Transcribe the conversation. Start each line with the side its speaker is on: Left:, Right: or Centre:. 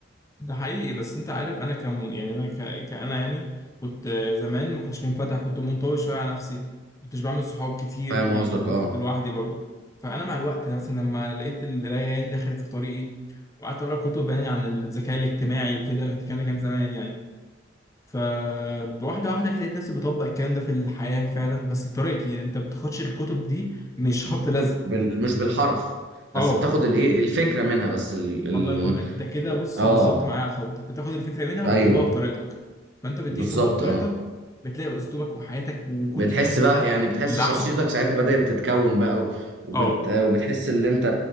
Left: ده حقيقي بس انت عارف انا كم يعني انا ك... كأنا يعني كنت زمان ما كنتش منفتح كنت منطوي شويه على نفسي كنتش بعمل صحاب كتير
Right: فاهم
Left: يعني
Right: قصدك
Left: كنت
Right: اه
Left: لوحدي برضو فانا مع الوقت مثلا لما لقيت القرايه يعني دخلت في طريقي وقعدت اقرا كتب يعني عن الذكاء الاجتماعي وكده الكلام ده كان زمان يعني فواحده واحده كده لقيت نفسي بطبق الكلام ده في الحياه فعلا بس بطريقتي يعني انت ما بتاخدش الكتب دي مش خبط لزق
Right: بال... مش بالحرف بس
Left: اه
Right: بتاخد الايه الفكره منها بس ال... ال...
Left: الله ينور انت كده بص
Right: اه
Left: بالظبط معايا على الخط انت بتاخد الفكره منها وبتطبقها
Right: ايوه
Left: بطريقتك فانت بتيجي
Right: بالظبط
Left: تطبقها بطريقتك
Right: اه
Left: بتلاقي اسلوبك وحياتك وكل
Right: بتحس
Left: حاجه بتختلف
Right: بقى يعني بتحس
Left: للاحسن
Right: شخصيتك ساعتها بدأت تتكون بقى و... وبت...
Left: اه
Right: وبتحس ان انت